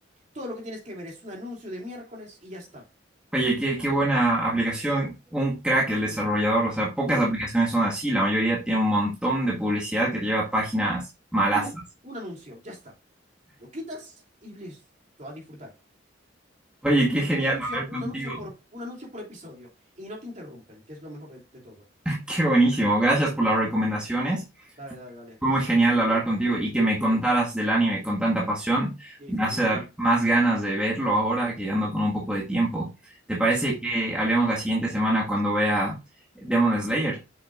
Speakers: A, on the right (about 40°); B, in the centre.
A: Todo lo que tienes que ver es un anuncio de miércoles y ya está.
B: Oye, qué, qué buena aplicación, un crack el
A: Sí,
B: desarrollador, o sea, pocas
A: sí.
B: aplicaciones son así, la mayoría tiene un montón de publicidad que te lleva a páginas malasas.
A: Un, un anuncio, ya está. Lo quitas y listo, a disfrutar.
B: Oye, qué genial
A: Un anuncio,
B: hablar contigo,
A: un anuncio por, un anuncio por episodio. Y no te interrumpen, que es lo mejor de, de todo.
B: <laughs> qué buenísimo, gracias por las recomendaciones,
A: Dale, dale, dale.
B: fue muy genial
A: Ok,
B: hablar contigo y que me
A: Sí,
B: contaras del anime con tanta pasión,
A: sí,
B: me
A: sí,
B: hace
A: sí,
B: dar
A: sí.
B: más ganas de verlo ahora que ando con un poco de tiempo. ¿Te parece
A: Sí.
B: que hablemos la siguiente semana cuando vea Demon Slayer?